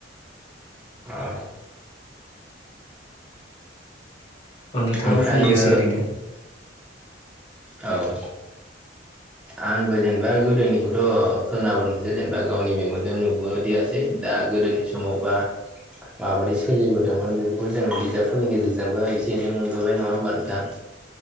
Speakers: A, in the centre; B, on the left.
A: औ
B: नोंथाङाबो
A: ओमफ्रायो
B: फंनैसो ओरैनो
A: औ आंबो जेनेबा गोदोनिखौथ' खोनाबोदोंसो जेनेबा गावनि मेगनजों नुबोदियासै दा गोदोनि सम समावबा माबोरै सोलिबोदोंमोन बेखौबो जों बिजाबफोरनि गेजेरजोंबो एसे एनै मोनबोबाय नङा होमबा नोंथां